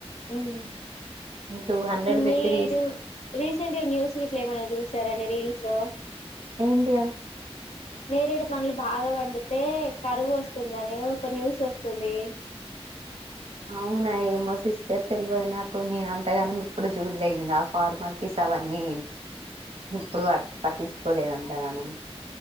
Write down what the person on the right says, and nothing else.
టూ హండ్రెడ్ పెట్టి
తీసుకు
ఏంటి అవి
అవునా ఏమో సిస్టర్ తెలువదు నాకు నేను అంతగానం ఎప్పుడు చూడలేదు ఆ ఫార్మాలిటీస్. అవన్నీ ఎప్పుడు పట్టించుకోలేదు అంతగానం.